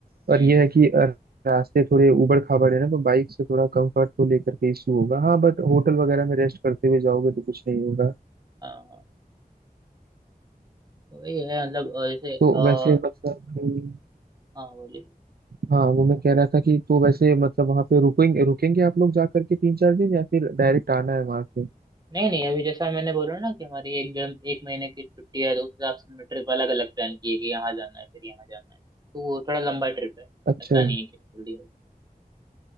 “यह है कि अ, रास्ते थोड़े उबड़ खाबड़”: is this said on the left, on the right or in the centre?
Right